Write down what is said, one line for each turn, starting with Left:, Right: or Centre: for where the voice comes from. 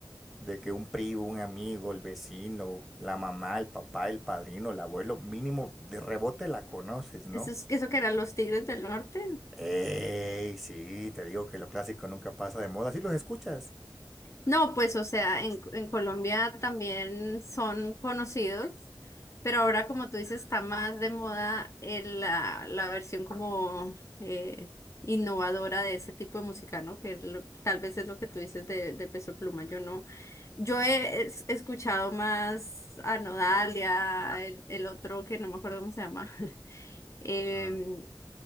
Centre: de que un primo, un amigo, el vecino, la mamá, el papá, el padrino, el abuelo, mínimo de rebote la conoces, ¿no?
Left: Eso, es- eso que eran los Tigres del Norte.
Centre: Ey, sí, te digo que lo clásico nunca pasa de moda, sí los escuchas.
Left: No, pues, o sea, en, en Colombia también son conocidos, pero ahora, como tú dices, está más de moda el- la, la versión como eh, innovadora de ese tipo de música, ¿no? Que lo- tal vez es lo que tú dices de, de Peso Pluma. Yo no. Yo he es- escuchado más a Nodalia, el, el otro que no me acuerdo cómo se llama, <laughs> em,
Centre: Mm.